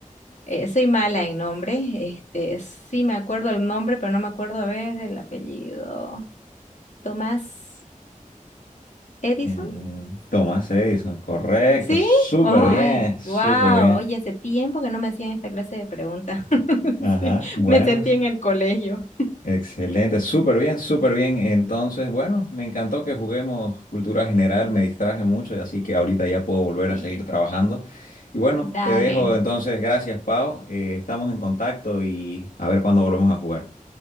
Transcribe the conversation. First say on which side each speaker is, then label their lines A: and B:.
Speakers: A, on the left (about 55°); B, on the left (about 75°).
A: Eh, soy mala en nombres, este, sí me acuerdo el nombre, pero no me acuerdo, a ver, el apellido. Tomás Edison,
B: Mm, Thomas Edison, correcto,
A: ¿sí?
B: súper
A: ¡Ay,
B: bien, súper
A: wow!
B: bien.
A: Oye, hace tiempo que no me hacían esta clase de preguntas. <laughs>
B: Ajá,
A: Sí,
B: bueno,
A: me sentí en el colegio.
B: Excelente, súper bien, súper bien. Entonces, bueno, me encantó que juguemos cultura general, me distraje mucho, así que ahorita ya puedo volver
A: Sí.
B: a seguir trabajando. Y bueno,
A: Dale,
B: te dejo entonces, gracias Pau, Eh, estamos en contacto y a ver cuándo volvemos a jugar.